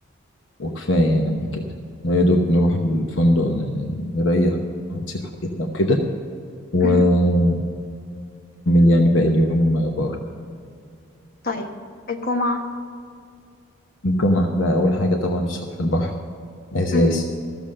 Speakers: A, on the left (about 65°); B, on the left (about 45°).
A: وكفاية يعني كده يا دوب نروح الفندق ن- نريح نسيب حاجتنا وكده ونكمل
B: مهم.
A: يعني باقي اليوم بره
B: طيب الجمعة
A: الجمعة بقى أول حاجة طبعا الصبح البحر أساسي
B: مم.